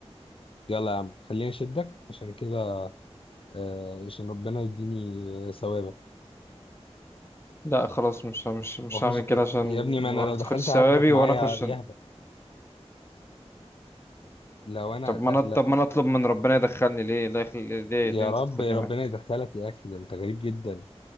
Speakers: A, on the left; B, on the left.
A: يلا يا عم خليني اشدك عشان كده آه، عشان ربنا يديني آه، ثوابك
B: لا خلاص مش مش مش
A: واخش
B: هعمل كده
A: يا
B: عشان
A: يا ابني ما
B: ما
A: انا لو
B: تاخدش
A: دخلت هاخدك
B: ثوابي
A: معايا
B: وانا اخش
A: يهبه لو انا
B: طب
A: أخ...
B: ما
A: لا
B: انا طب ما انا اطلب من ربنا يدخلني ليه لا يخلي ليه
A: يا
B: ليه انت
A: رب
B: تاخدني
A: ربنا
B: معاك
A: يدخلك يا اخي ده انت غريب جدا